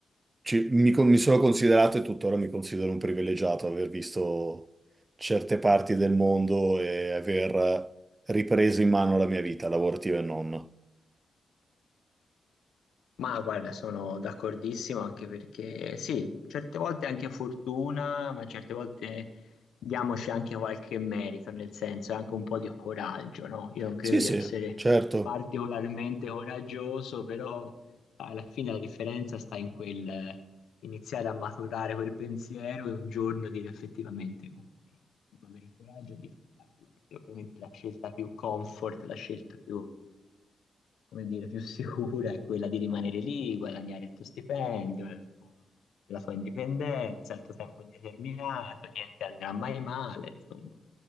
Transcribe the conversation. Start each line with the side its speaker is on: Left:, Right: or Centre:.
Right: ci- mi, con- mi sono considerato e tuttora mi considero un privilegiato aver visto certe parti del mondo e aver ripreso in mano la mia vita, lavorativa e non.
Left: Ma guarda, sono d'accordissimo anche perché sì, certe volte è anche fortuna, ma certe volte diamoci anche qualche merito, nel senso anche un po' di coraggio, no? Io non credo
Right: Sì,
Left: di
Right: sì,
Left: essere
Right: certo.
Left: particolarmente coraggioso, però alla fine la differenza sta in quel, iniziare a maturare quel pensiero e un giorno dire effettivamente ok, devo avere il coraggio di farlo, perché ovviamente la scelta più comfort, la scelta più, come dire, più sicura è quella di rimanere lì, guadagnare il tuo stipendio, il tuo- la tua indipendenza, il tuo tempo indeterminato, niente andrà mai male, insomma,